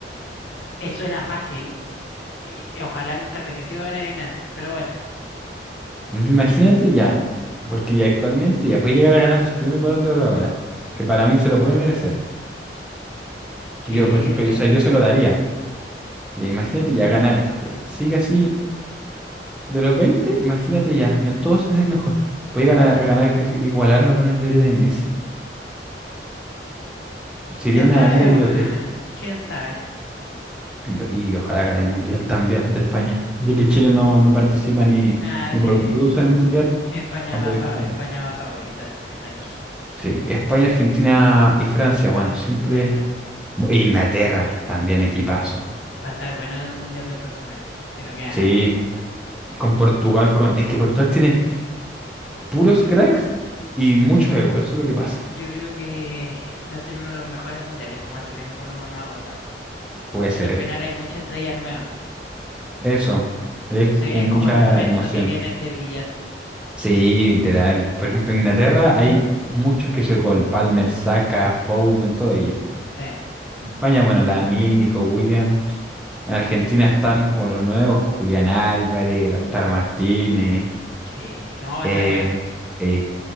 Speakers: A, on the left (about 80°); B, in the centre.
A: eso suena fácil. Y ojalá nunca se lesionen ni nada. Pero bueno,
B: Imagínate ya, porque ya actualmente ya puede llegar a ganar su primer Balón de Oro ahora, que para mí se lo puede merecer.
A: <laughs>
B: Y
A: sí,
B: yo, por ejemplo,
A: sí,
B: o sea, yo se
A: sí.
B: lo daría. Y imagínate, ya gana este. Sigue así De los 20, imagínate ya, En todos es el mejor. Puede ganar, a ganar que si- igualar los buenos de oro de Messi. Sería
A: ¿Quién
B: una,
A: sabe?
B: una idiotez.
A: po? ¿Quién sabe?
B: Yo- y ojalá gane el Mundial también de España, ya que Chile no, no participa ni,
A: Nada,
B: ni
A: sí,
B: por un bolso en el Mundial,
A: España
B: apoya
A: va, fa-
B: a España.
A: España va favorita, así que tranqui.
B: Sí, España, Argentina y Francia, bueno, siempre.
A: Eh,
B: Bu- Inglaterra, también equipazo.
A: va a estar bueno el Mundial del próximo año, que no queda
B: Sí,
A: nada.
B: con Portugal, con. Es que Portugal tiene puros
A: Yo creo,
B: cracks y mucho ego, eso es lo que pasa.
A: yo creo que va a ser uno de los mejores mundiales, como hace tiempo no, no ha pasado.
B: Puede
A: porque
B: ser.
A: al final hay mucha estrella nueva.
B: Eso. Es
A: Entonces
B: como
A: es como
B: mucha
A: el momento
B: emoción.
A: que tienen de brillar.
B: Sí, literal. Por
A: Ah,
B: ejemplo, en Inglaterra hay muchos que se con Palmer, Saka, Foden, todo ello.
A: sí,
B: En España, bueno, Lamine, Nico Williams. En
A: sí,
B: Argentina están como los nuevos, Julián Álvarez, Lautaro Martínez.
A: sí. No, va a
B: Eh,
A: estar bueno.
B: eh,